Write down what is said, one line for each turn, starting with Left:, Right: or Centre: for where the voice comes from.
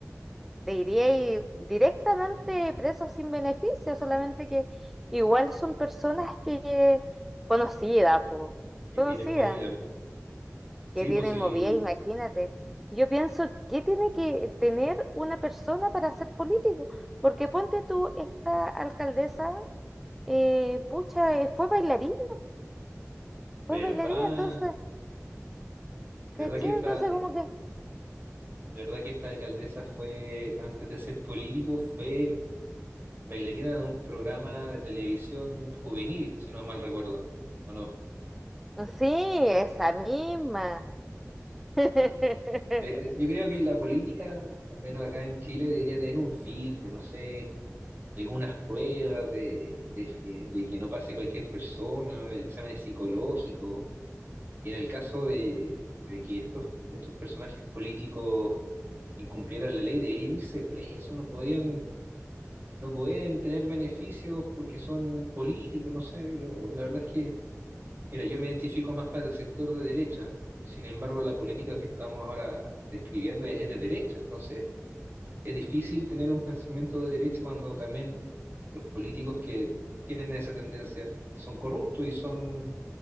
Centre: te iría directamente preso sin beneficio, solamente que igual son personas que conocidas, po,
Right: que
Centre: conocidas,
Right: tienen movida. Sí,
Centre: que tienen
Right: pues sí,
Centre: movida, imagínate. Yo pienso, ¿qué tiene que tener una persona para ser político? Porque ponte tú, esta alcaldesa, eh, pucha, eh, fue bailarina,
Right: verdad,
Centre: fue bailarina, entonces, ¿cachai?
Right: verdad que esta,
Centre: Entonces
Right: eh,
Centre: como que,
Right: verdad que esta alcaldesa fue, antes de ser político, fue bailarina de un programa de televisión juvenil, si no mal recuerdo, ¿o no?
Centre: sí, esa misma. <laughs>
Right: De- de- yo creo que la política, al menos acá en Chile, debería tener un filtro, no sé, algunas pruebas de, de- eh, de que no pase cualquier persona, exámenes psicológicos. Y en el caso de, de que estos, estos personajes políticos incumplieran la ley, deberían irse presos, no podrían, no pueden tener beneficios porque son políticos, no sé, yo la verdad es que... Mira, yo me identifico más para el sector de derecha, sin embargo, la política que estamos ahora describiendo es, es de derecha, entonces es difícil tener un pensamiento de derecha cuando también los políticos que tienen esa tendencia son corruptos y son